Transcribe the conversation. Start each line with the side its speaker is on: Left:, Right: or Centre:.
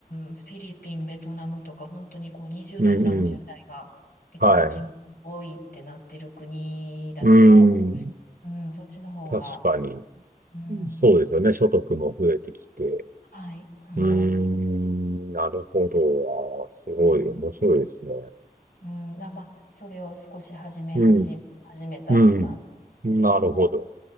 Left: ん、フィリピン、ベトナムとか、本当にこう20代、
Right: うん。
Left: 30代が一番人口多いってなってる国だと、
Right: うん。はい。うん。
Left: うん、そっちの方が、
Right: 確かに、
Left: うん、
Right: そうですよね。所得も増えてきて。
Left: はい、はい。
Right: うーん。なるほど。あーすごい面白いですね。
Left: うん、うんだまあ、それを少し始め、
Right: うん。
Left: 始始めたって感じですけど、
Right: うん。なるほど。